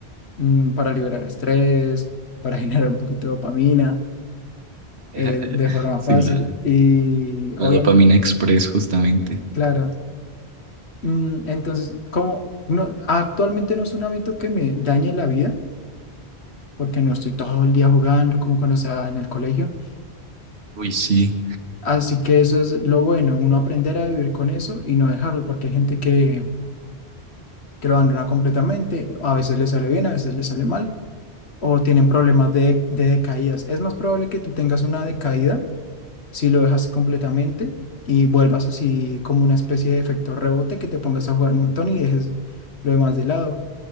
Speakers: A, on the left; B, on the right.
A: mm, para liberar estrés, para <laughs> generar un poquito de dopamina eh,
B: <laughs>
A: de forma
B: Sí,
A: fácil
B: la,
A: y
B: la
A: obviamente,
B: dopamina express justamente.
A: claro. Mm, Entonces, como no, actualmente no es un hábito que me dañe la vida, porque no estoy todo el día jugando como cuando estaba en el colegio.
B: Uy, sí.
A: Así que eso es lo bueno, uno aprender a vivir con eso y no dejarlo, porque hay gente que, que lo abandona completamente, a veces le sale bien, a veces le sale mal, o tienen problemas de, de decaídas. Es más probable que tú tengas una decaída si lo dejaste completamente y vuelvas así como una especie de efecto rebote que te pongas a jugar un montón y dejes lo demás de lado.